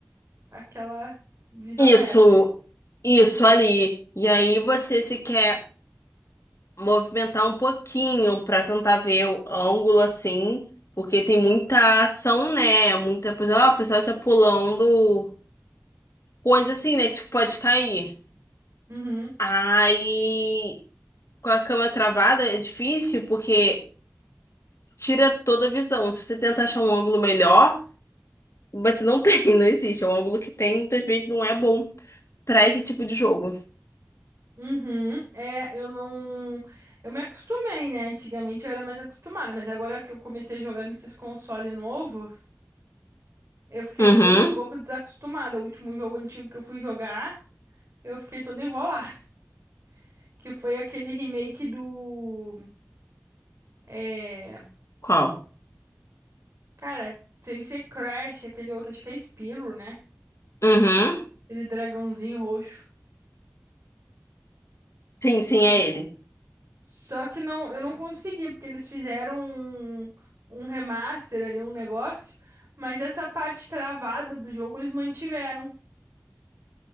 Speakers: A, on the right; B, on the left.
A: aquela visão
B: isso,
A: reta.
B: isso ali. E aí você se quer movimentar um pouquinho pra tentar ver o ângulo assim, porque tem muita ação, né? Muita, por exemplo, ah, o pessoal está pulando coisa assim, né? Que tipo, pode cair.
A: Uhum,
B: Aí, com a câmera travada é difícil porque tira toda a visão. Se você tenta achar um ângulo melhor, você não tem, <laughs> não existe. É um ângulo que tem, muitas vezes não é bom pra esse tipo de jogo.
A: uhum. É, eu não, eu me acostumei, né? Antigamente eu era mais acostumada, mas agora que eu comecei a jogar nesses consoles novo, eu fiquei,
B: Uhum.
A: eu tô um pouco desacostumada. O último jogo antigo que eu fui jogar, eu fiquei toda enrolada, <laughs> que foi aquele remake do, é,
B: Qual?
A: cara, sem ser Crash, aquele outro, acho que é Spyro, né?
B: Uhum.
A: ele dragãozinho roxo.
B: Sim, sim, é
A: E
B: ele.
A: Só que não, eu não consegui, porque eles fizeram um, um remaster ali, um negócio, mas essa parte travada do jogo eles mantiveram.